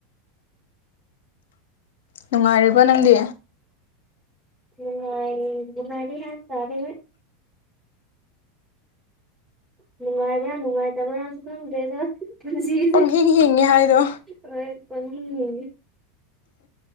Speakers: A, on the left; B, on the right.
A: ꯅꯨꯡꯉꯥꯏꯔꯤꯕꯣ ꯅꯪꯗꯤ꯫
B: ꯃꯅꯨꯡꯉꯥꯏ ꯃꯉꯔꯤ ꯍꯥꯏ ꯇꯔꯦ꯫ ꯅꯨꯡꯉꯥꯏꯕ꯭ꯔꯥ ꯅꯨꯡꯉꯥꯏꯇꯕ꯭ꯔꯥꯅꯁꯨ ꯈꯪꯗꯦꯗ ꯄꯨꯟꯁꯤꯁꯦ꯫
A: ꯄꯪꯍꯤꯡ ꯍꯤꯡꯉꯤ ꯍꯥꯏꯗꯣ
B: ꯍꯣꯏ ꯄꯥꯍꯤꯡ ꯍꯤꯡ ꯑꯦ꯫